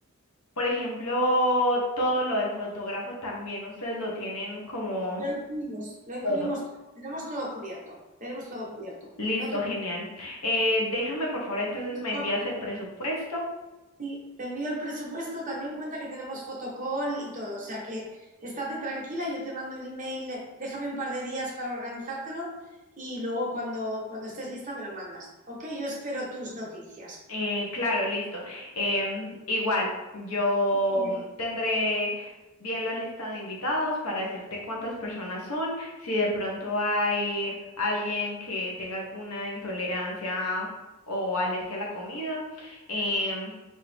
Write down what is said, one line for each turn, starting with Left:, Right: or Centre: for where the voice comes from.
Left: por ejemplo, todo lo del fotógrafo también ustedes lo tienen como
Right: Lo incluimos, lo incluimos.
Left: todo.
Right: Tenemos todo cubierto, tenemos todo cubierto.
Left: Listo,
Right: No te,
Left: genial. Eh, déjame, por favor, entonces me envías
Right: no-
Left: el presupuesto
Right: sí, te envío el presupuesto, también cuenta que tenemos fotocall y todo. O sea que estate tranquila, yo te mando el email, déjame un par de días para organizártelo y luego cuando, cuando estés lista me lo mandas. Ok, yo espero tus noticias.
Left: Eh, claro, listo. Em, igual, yo
Right: Bien.
Left: tendré bien la lista de invitados para decirte cuántas personas son, si de pronto hay alguien que tenga alguna intolerancia o alergia a la comida, em,